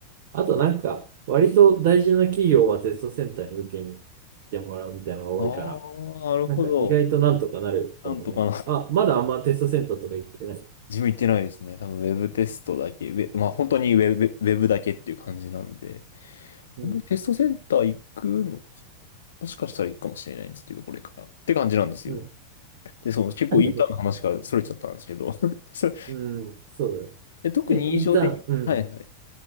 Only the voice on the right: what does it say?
あとなんか、割と大事な企業はテストセンターに受けに行ってもらうみたいなのが多いから、
なんか意外となんとかなるかもね。
あ、まだあんまテストセンターとか行ってない。
うん。
うん。
あそっか
うん。そうだね。
え、インターン、うん。